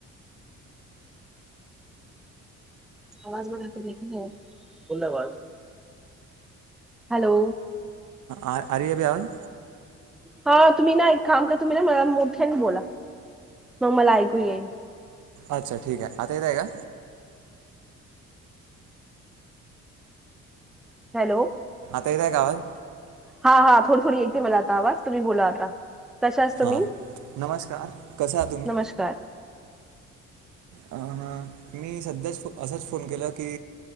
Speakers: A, in the centre; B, on the right (about 75°).
A: आवाज बढाकर देखणे यार. हॅलो
B: आ आ रही अब आवाज.
A: हा तुम्ही ना एक काम करा तुम्ही ना मला मोठ्याने बोला. मग मला ऐकू येईन.
B: अच्छा ठीक आहे. आता येतय का.
A: हॅलो
B: येतोय का आवाज.
A: हा हा थोडी थोडी येते मला आता आवाज. तुम्ही बोला आता. कशास तुम्ही
B: हां नमस्कार कसं आहात तुम्ही
A: नमस्कार
B: अ मी सध्याच असाच फोन केला की